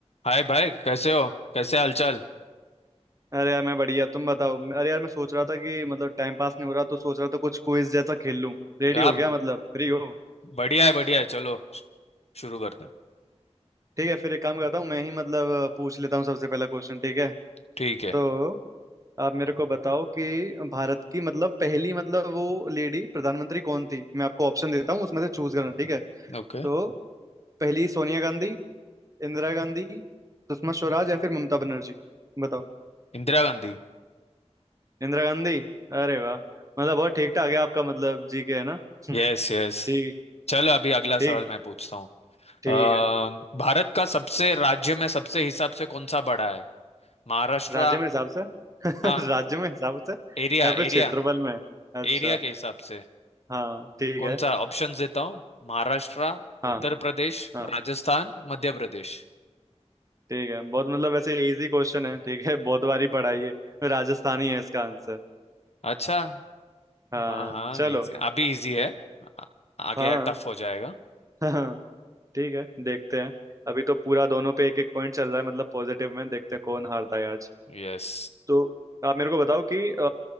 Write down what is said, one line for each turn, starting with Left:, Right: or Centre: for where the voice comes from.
Left: हाय भाई कैसे हो कैसे हालचाल
Right: अरे यार मैं बढ़िया तुम बताओ अरे यार मैं सोच रहा था कि मतलब टाइम पास नहीं हो रहा तो सोच रहा था कुछ क्विज जैसा खेल लूं रेडी
Left: आप
Right: हो गया मतलब फ्री हो
Left: बढ़िया है बढ़िया है चलो श- शुरू करते हैं
Right: ठीक है फिर एक काम करता हूँ मैं ही मतलब पूछ लेता हूँ सबसे पहला क्वेश्चन ठीक है
Left: ठीक है
Right: तो आप मेरे को बताओ कि भारत की मतलब पहली मतलब वो लेडी प्रधानमंत्री कौन थी मैं आपको ऑप्शन देता हूँ उसमें से चूज करना ठीक है
Left: Okay
Right: तो पहली सोनिया गांधी इंदिरा गांधी सुषमा स्वराज या फिर ममता बनर्जी बताओ
Left: Indira Gandhi
Right: इंदिरा गांधी अरे वाह मतलब बहुत ठीक ठाक है आपका मतलब जी के है ना
Left: Yes
Right: <laughs>
Left: yes
Right: ठीक
Left: चलो अभी अगला
Right: ठीक
Left: सवाल मैं पूछता हूँ
Right: ठीक
Left: अम,
Right: है
Left: भारत का सबसे राज्य में सबसे हिसाब से कौन सा बड़ा है महाराष्ट्र
Right: राज्य में हिसाब से <laughs>
Left: हाँ
Right: राज्य में हिसाब से
Left: एरिया
Right: या फिर क्षेत्रफल
Left: एरिया
Right: में अच्छा
Left: एरिया के हिसाब से
Right: हाँ ठीक
Left: कौन
Right: है
Left: सा ऑप्शंस देता हूँ महाराष्ट्र
Right: हाँ
Left: उत्तर प्रदेश
Right: हाँ
Left: राजस्थान मध्य प्रदेश
Right: ठीक है बहुत मतलब वैसे इजी क्वेश्चन है ठीक है बहुत बार ही पढ़ा है ये राजस्थान ही है इसका आंसर
Left: अच्छा
Right: हाँ
Left: हाँ हाँ
Right: चलो
Left: इजी अभी इजी है आ- आगे
Right: हाँ
Left: टफ हो जाएगा
Right: <laughs> हाँ ठीक है देखते हैं अभी तो पूरा दोनों पे एक एक पॉइंट चल रहा है मतलब पॉजिटिव में देखते हैं कौन हारता है आज
Left: यस
Right: तो आप मेरे को बताओ कि अ,